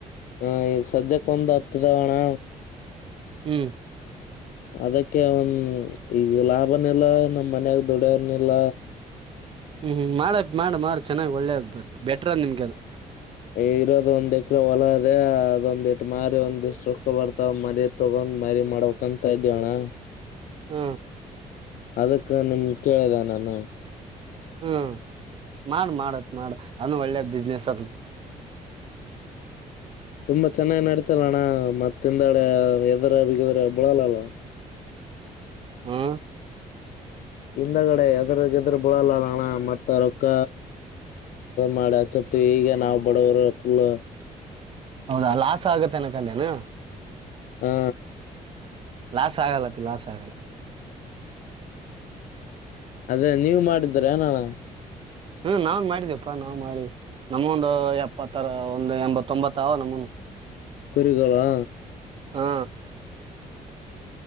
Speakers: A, on the left; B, on the right.
A: ಹಾ ಈಗ ಸದ್ಯಕ್ಕೆ ಬಂದ್ ಹತ್ತಿದಾವಣ್ಣ
B: ಹ್ಮ್
A: ಅದಕ್ಕೆ ಒಂದ ಈಗ ಲಾಭನಿಲ್ಲ ನಮ್ ಮನ್ಯಾಗ ದೊಡರ್ನಿಲ್ಲ
B: ಹ್ಮ್್ಮ್ ಮಾಡದ ಮಾಡ ಮಾಡ ಚೆನ್ನ್ ಒಳ್ಳೇದ ಬೆಟ್ರದ್ ನಿಮ್ಗೆ ಅದ್
A: ಇರೋದ ಒಂದ್ ಎಕ್ರ ಹೊಲ ಅದೇ ಅದೊಂದ್ಟ್ಟ ಮಾರಿ ಒಂದ್ ದಷ್ಟ ಸುಕ್ಕ ಬರ್ತಾವ ಮರಿ ತಗೊಂಡ್ ಮರಿ ಮಾಡಕಂತ ಇದ್ದ್ಯವಣ್ಣ
B: ಹ್ಮ
A: ಅದಕ್ಕ ನಿಮ್ ಕೇಳಿದೆ ನಾನ
B: ಹ್ಮ ಮಾಡ ಮಾಡತ ಮಾಡ ಅನ್ನ ಒಳ್ಳೆ ಬಿಸ್ನೆಸ್ ಅದ
A: ತುಂಬಾ ಚೆನ್ನಾಗಿ್ ನಡತಲ್ಲಣ್ಣ ಮತ್ತೆ ತಿಂದಾಡ ಎದರ ಬಿಗದ್ರ ಬಿಳಲ್ಲಲ್ಲ
B: ಹ್ಮ್
A: ಹಿಂದಗಡೆ ಎದ್ರಗೆದ್ರ ಬಡಲ್ಲಲ್ಲ ಅಣ್ಣ ಮತ್ತ ರೊಕ್ಕ ಮಾಡಿ ಅಚ್ಚತಿ ಈಗ ನಾವವು ಬಡವರು ಫುಲ್
B: ಹೌದಾ ಲಾಸ್ ಆಗತ್ತೆ ಅನಕಂಡನು
A: ಹ್ಮ
B: ಲಾಸ್ ಆಗಲ್ಲತಿ ಲಾಸ್ ಆಗಲ್ಲ
A: ಅದೇ ನೀವ್ ಮಾಡಿದ್ರ ಏನಣ
B: ಹ್ಮ ನಾವನ್ ಮಾಡಿದಪ್ಪಾ ನಾ್ ಮಾಡಿ ನಮೊಂದು ಎಪ್ಪತ್ತರ ಒಂದು ಎಂಬತ್ತೊಂಬತ್ತಾವ ನಮ್ಮನು
A: ಕುರುಗಾ
B: ಹಾ